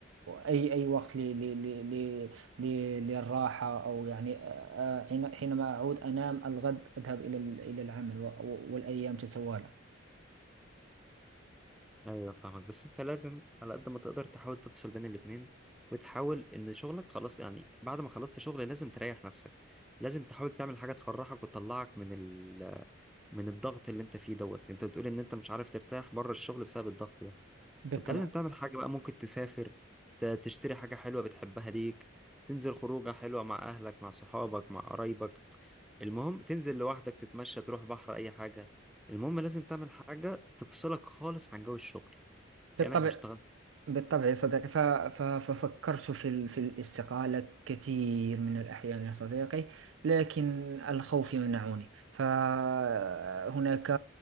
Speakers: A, on the right; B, in the centre.
A: أي أي وقت ل- ل- ل- ل- ل- للراحة أو يعني آه، آه، حين- حينما أعود أنام الغد أذهب إلى ال- إلى العمل و- و- والأيام تتوالى
B: ايوه فاهمك بس انت لازم على قد ما تقدر تحاول تفصل بين الاثنين وتحاول ان شغلك خلاص يعني بعد ما خلصت شغل لازم تريح نفسك لازم تحاول تعمل حاجه تفرحك وتطلعك من ال من الضغط اللي انت فيه دوت انت بتقول ان انت مش عارف ترتاح بره الشغل بسبب الضغط ده،
A: بالطبع
B: انت لازم تعمل حاجة بقى ممكن تسافر ت- تشتري حاجة حلوة بتحبها ليك تنزل خروجة حلوة مع أهلك مع صحابك مع قرايبك المهم تنزل لوحدك تتمشى تروح بحر أي حاجة المهم لازم تعمل حاجة تفصلك خالص عن جو الشغل
A: بالطبع
B: كأنك مش اشتغلت
A: بالطبع يا صديقي ف... ف... ففكرت في ال... في الاستقالة كثير من الأحيان يا صديقي لكن الخوف يمنعني فهناك